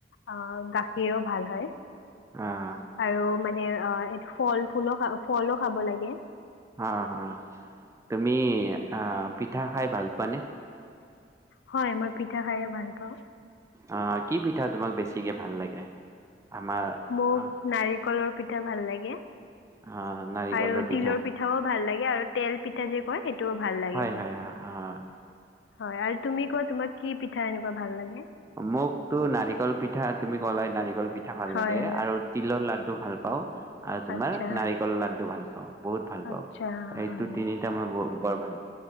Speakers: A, on the left; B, on the right.
A: অ', গাখীৰও ভাল হয়।
B: অ'।
A: আৰু মানে অ', ফল ফুলো খা ফলো খাব লাগে।
B: অ', অ', তুমি অ', পিঠা খাই ভাল পোৱানে?
A: হয়। মই পিঠা খায়ে ভাল পাওঁ
B: অ', কি পিঠা তোমাক বেছ বেছিকে ভাল লাগে? আমাৰ
A: মোক
B: আহ
A: নাৰি কলৰ পিঠা ভাল লাগে।
B: আহ নাৰিকলৰ
A: আৰু
B: পিঠা
A: তিলৰ পিঠাও ভাল লাগে। আৰু তেল পিঠা যে কয়? সেইটো টো ভাল লাগে
B: হয়
A: মোক।
B: হয় আহ আহ
A: হয় আৰু তুমি কোৱা তোমাৰ কি পি পঠা এনেকোৱা ভাল লাগে।
B: মোক টো নাৰিকল পিঠা তুমি ক'লাই নাৰিকল পিঠা ভাল
A: হয়
B: লাগে
A: হয়
B: আৰু তিলৰ লাড্ডু ভাল। পাওঁ আৰু তোমাৰ
A: আচ্ছা
B: নাৰিকলৰ লাড্ডু ভাল পাওঁ, বহুত ভাল পাওঁ।
A: আচ্ছা
B: এইটো
A: হয়
B: তিনিটা মই ব বৰ ভাল।